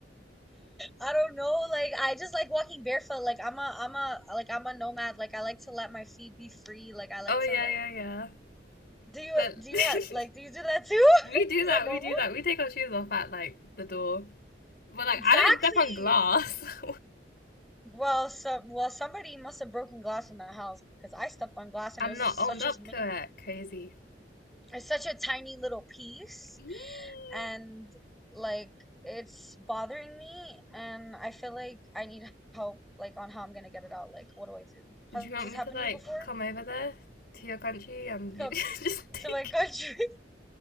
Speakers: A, in the centre; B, on the left.
A: I don't know. Like I just like walking barefoot. Like I'm a I'm a like I'm a nomad. Like I like to let my feet be free. Like I like
B: Oh
A: to
B: yeah,
A: like
B: yeah, yeah.
A: do you
B: That
A: do
B: <laughs>
A: you have like do you do that too?
B: we
A: <laughs>
B: do
A: Is
B: that,
A: that normal?
B: we do that. We take our shoes off at like the door. But like
A: Exactly.
B: I don't step on glass. <laughs>
A: Well, so well somebody must have broken glass in the house because I stepped on glass and
B: I'm
A: it was
B: not
A: just
B: owned
A: such
B: up
A: a mini
B: to it. Crazy.
A: it's such a tiny little piece
B: Eee.
A: and like it's bothering me and I feel like I need help like on how I'm gonna get it out. Like what do I do? Has
B: Do you want
A: this
B: me
A: happened
B: to like
A: to you before?
B: come over there to your country and
A: come
B: you <laughs> just take
A: to my country.
B: it